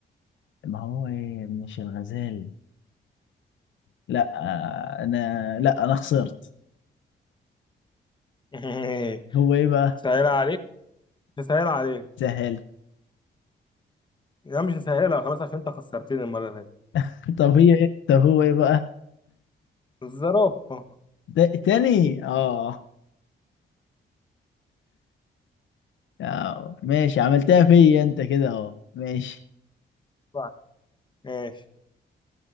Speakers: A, on the left; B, on the left.
A: ما هو إيه مش الغزال لا آه انا لا انا خسرت
B: <laughs>
A: هو ايه بقى
B: سهل عليك سهل عليك
A: سهل
B: لا مش هسهلها خلاص عشان انت خسرتني المرة اللي فاتت
A: <laughs> طب هي ايه طب هو ايه بقى
B: الزرافة
A: ده تاني اه يا ماشي عملتها فيا انت كده اهو ماشي
B: طيب، ماشي